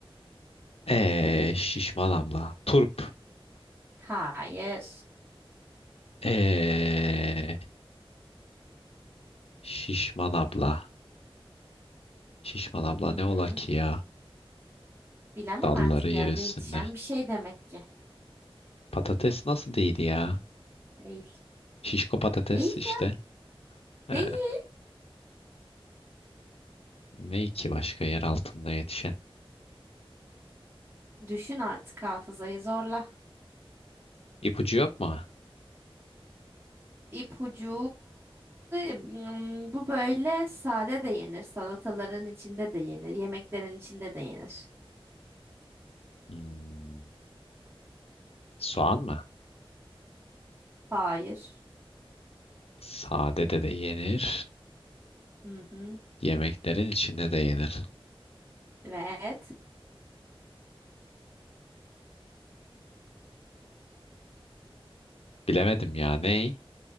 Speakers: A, on the left; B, on the right.
A: Ee, şişman abla. Turp.
B: Hayır.
A: Ee, şişman abla. Şişman abla
B: Hı
A: ne ola
B: hı.
A: ki ya?
B: Bilemem
A: Dalları
B: artık
A: yer
B: yerde
A: üstünde.
B: yetişen bir şey demek ki.
A: Patates nasıl değil ya?
B: Değil.
A: Şişko patates
B: Değil
A: işte.
B: ya.
A: Ee,
B: Değil.
A: ne ki başka yer altında yetişen?
B: Düşün artık hafızayı zorla.
A: İpucu yok mu?
B: İpucu hmm, bu böyle sade de yenir, salataların içinde de yenir, yemeklerin içinde de yenir.
A: Hmm, soğan mı?
B: Hayır.
A: Sade de de yenir.
B: Hı hı.
A: Yemeklerin içinde de yenir.
B: Evet.
A: Bilemedim ya. Ney?